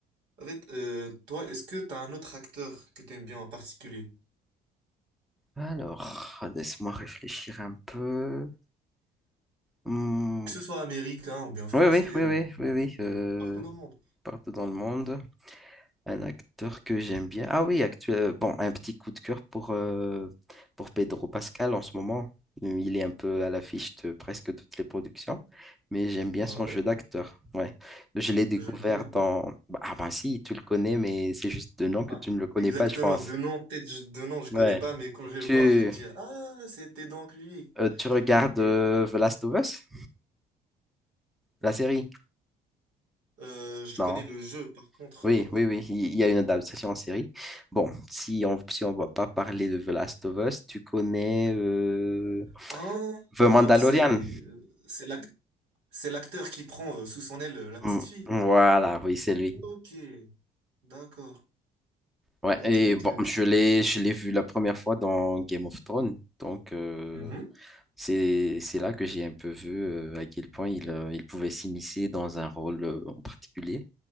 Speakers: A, on the right; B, in the centre.
A: En fait, euh, toi, est-ce que tu as un autre acteur que tu aimes bien en particulier?
B: Alors, laisse-moi réfléchir un peu. Hmm,
A: Que ce soit américain ou bien français
B: Oui, oui, oui,
A: ou
B: oui, oui, oui.
A: euh,
B: euh,
A: partout dans le monde.
B: partout dans le monde. Un acteur que j'aime bien. Ah oui, actuel... bon, un petit coup de cœur pour, euh, pour Pedro Pascal en ce moment. Il est un peu à l'affiche de presque toutes les productions, mais j'aime bien
A: Ah
B: son
A: ouais?
B: jeu d'acteur. Ouais. Je l'ai découvert
A: Je ne connais
B: dans...
A: pas.
B: bah, ah bah si, tu le connais, mais c'est juste de nom que
A: Ah,
B: tu ne le connais
A: exactement.
B: pas, je pense.
A: De nom, peut-être je- de nom, je connais
B: Ouais.
A: pas, mais quand je vais le
B: Tu,
A: voir, je vais me dire, ah, c'était donc lui.
B: euh, tu regardes
A: Ok.
B: euh, The Last of Us, la série?
A: Euh, je
B: Non.
A: connais le jeu, par contre.
B: Oui,
A: euh,
B: oui, oui, il il y a une adaptation en série. Bon, si on si on va pas parler de The Last of Us, tu connais... euh,
A: Ah,
B: The Mandalorian.
A: donc c'est euh, c'est l'ac- c'est l'acteur qui prend euh, sous son aile euh, la petite
B: Mm,
A: fille.
B: Voilà, oui, c'est lui.
A: Ok, d'accord.
B: Ouais,
A: Ok,
B: et
A: ok,
B: bon,
A: ok.
B: je l'ai, je l'ai vu la première fois dans Game of Thrones. Donc, euh,
A: Mhm.
B: c'est, c'est là que j'ai un peu vu euh, à quel point il, euh, il pouvait s'immiscer dans un rôle euh, en particulier.